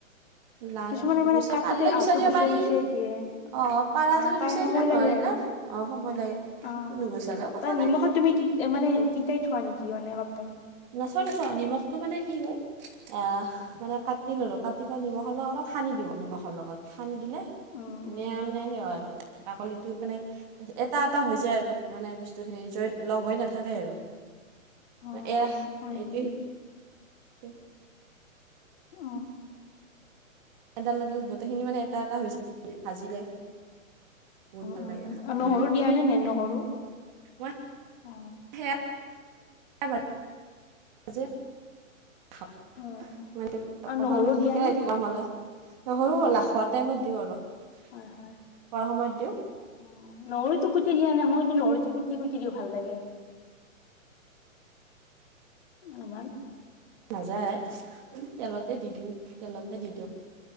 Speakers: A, on the right (about 35°); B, on the left (about 45°).
A: লা
B: কিছুমানে মানে
A: গুচা
B: কাটোতে
A: পাৰিলে
B: আহটো
A: গুচাই দিব
B: গুচুৱাই
A: পাৰি।
B: গুচুৱাই দিয়ে
A: অ পাৰাজদি
B: আহ তাই
A: গুচিয়াই
B: সময়
A: দিবে নোৱাৰিলে
B: লাগে আৰু
A: অ সময় লাগে।
B: অ
A: নুগুচালেও কথা
B: তই নিমখত
A: নাই
B: তুমি মানে তিতাই থোৱা নেকি মানে অলপ টাইম?
A: নথই নথই নিমখটো মানে কি হয় আহ মানে কাটি ললো কাটি ললোঁ কাটি পাই নিমখ হ'লেও অলপ সানি দিওঁ নিমখৰ লগত সানি দিলে
B: উম
A: ধুনীয়া
B: উম
A: মানে সেই হয় বাকলিটো মানে এটা এটা হৈ যায় আৰু মানে বস্তুখিনি য লগ হৈ নাথাকে আৰু।
B: <inaudible>
A: এয়াহ
B: হয়
A: এইটো
B: নেকি
A: সে
B: অ
A: এডাল-এডাল গোটেইখিনি মানে এটা-এটা হৈ যায় ভাজিলে। বহুত
B: অ
A: ভাল
B: উম,
A: লাগে খাব কাৰণে
B: নহৰু দিয়া নে নে নহৰু?
A: মই
B: অ
A: সেয়া ভাজি <unintelligible>
B: অ
A: মইটোত
B: আৰু
A: অকমান
B: নহৰু দিয়া
A: কেৰাহীটো
B: নে
A: গৰম হ'লে নহৰু লা খোৱাৰ টাইমত দিওঁ অলপ, খোৱাৰ
B: হয় হয়
A: সময়ত দিওঁ।
B: অ নহৰুতো কুটি দিয়া নে? মই কিন্তু নহৰুটো কুটি-কুটি দিও, ভাল লাগে। অনুমান
A: নাযায়, তেলতে দি দিওঁ। তেলতে
B: উম
A: দি দিওঁ